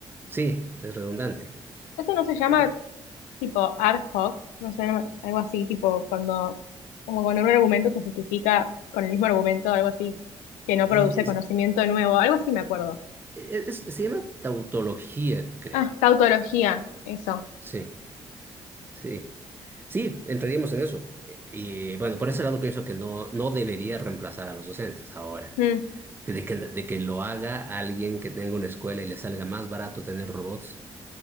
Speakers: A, on the right; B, on the left.
A: Sí, es redundante.
B: Eso no se llama
A: Ento-
B: tipo ad hoc, no sé, algo así, tipo cuando, como cuando un argumento se justifica con el mismo argumento, algo así, que no
A: eh,
B: produce
A: es-
B: conocimiento nuevo, algo así me acuerdo.
A: eh, es- se llama tautología, creo.
B: Ah, tautología, eso.
A: Sí, sí. Sí, entraríamos en eso. Eh, Y bueno, por ese lado pienso que no, no debería reemplazar a los docentes ahora.
B: Mm,
A: Que De que, de que lo haga alguien que tenga una escuela y le salga más barato tener robots